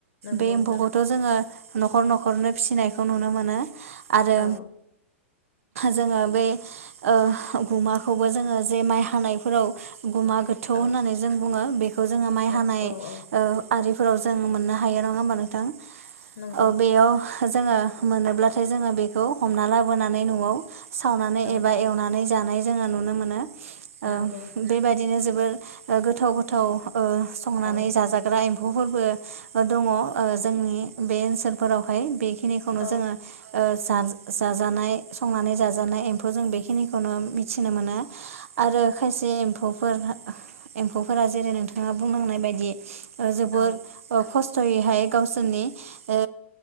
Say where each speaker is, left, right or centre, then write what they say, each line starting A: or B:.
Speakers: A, on the left (about 80°); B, on the right (about 80°).
A: नंगौ
B: बे एम्फौखौथ'
A: नोंथां
B: जोङो न'खर न'खरनो फिसिनायखौ नुनो मोनो आरो
A: औ
B: जोङो बे ओ गुमाखौबो जोङो जे माइ हानायफोराव गुमा गोथौ
A: औ
B: होननानै जों बुङो बेखौ जोङो माइ
A: नं
B: हानाय
A: औ
B: ओ
A: औ
B: आरि फोराव जों मोननो हायो नङा होमबा नोंथां
A: नंगौ
B: औ बेयाव जोङो मोनोब्लाथाय जोङो बेखौ हमना लाबोनानै न'आव सावनानै
A: औ
B: एबा एवनानै जानाय जोङो नुनो मोनो
A: नंगौ
B: ओ बेबादिनो जोबोर ओ गोथाव गोथाव ओ संनानै
A: औ
B: जाजाग्रा एम फौफोरबो ओ दङ ओ जोंनि बे ओनसोलफोरावहाय बे खिनिखौनो
A: औ
B: जोङो ओ जाज जाजानाय संनानै जाजानाय एम्फौ जों बेखिनिखौनो मिथिनो मोनो आरो खायसे ए एम्फौफोर हा एम्फौफोरा जेरै- नोंथाङा बुंलांनाय बायदि ओ जोबोर
A: औ
B: ओ खस थ'यैहाय गावसोरनि ओ